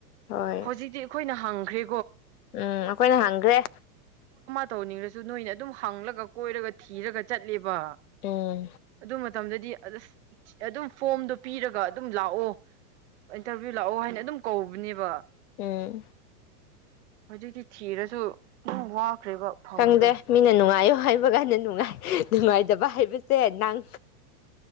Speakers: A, on the left; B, on the right.
A: ꯍꯣꯏ
B: ꯍꯧꯖꯤꯛꯇꯤ ꯑꯩꯈꯣꯏꯅ ꯍꯪꯈ꯭ꯔꯦ
A: ꯎꯝ ꯑꯩꯈꯣꯏꯅ ꯍꯪꯈ꯭ꯔꯦ
B: ꯇꯧꯅꯤꯡꯉꯁꯨ ꯅꯣꯏꯅ ꯑꯗꯨꯝ ꯍꯪꯂꯒ ꯀꯣꯏꯔꯒ ꯊꯤꯔꯒ ꯆꯠꯂꯦꯕ
A: ꯎꯝ
B: ꯑꯗꯨ ꯃꯇꯝꯗꯗꯤ ꯑꯗ ꯑꯗꯨꯝ ꯐꯣꯝꯗꯣ ꯄꯤꯔꯒ ꯑꯗꯨꯝ ꯂꯥꯛꯑꯣ ꯏꯟꯇꯔꯚꯤꯌꯨ ꯂꯥꯛꯑꯣ ꯍꯥꯏꯅ ꯑꯗꯨꯝ ꯀꯧꯕꯅꯦꯕ
A: ꯎꯝ
B: ꯄ ꯆꯝ ꯍꯧꯖꯤꯛꯇꯤ ꯊꯤꯔꯁꯨ ꯋꯥꯈ꯭ꯔꯦꯕ ꯐꯪꯕꯗꯣ
A: ꯈꯪꯗꯦ ꯃꯤꯅ ꯅꯨꯡꯉꯥꯏꯌꯨ ꯉ ꯍꯥꯏꯕ ꯀꯥꯟꯗ ꯅꯨꯡꯉꯥꯏ ꯅꯨꯡꯉꯥꯏꯇꯕ ꯍꯥꯏꯕꯁꯦ ꯅꯪ